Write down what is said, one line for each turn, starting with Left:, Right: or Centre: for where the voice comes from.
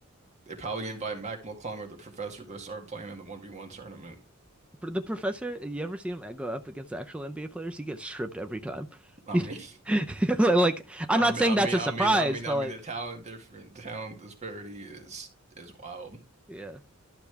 Right: They probably invite Mac McClung or the professor to start playing in the 1v1 tournament.
Centre: But The professor, you ever seen him go up against actual NBA players? He gets stripped every time.
Right: I
Centre: <laughs>
Right: mean,
Centre: Like
Right: <laughs>
Centre: I'm
Right: I
Centre: not
Right: mean,
Centre: saying
Right: I
Centre: that's
Right: mean,
Centre: a
Right: I
Centre: surprise,
Right: mean, I mean,
Centre: but
Right: I mean,
Centre: like
Right: the talent different talent disparity is is wild.
Centre: yeah,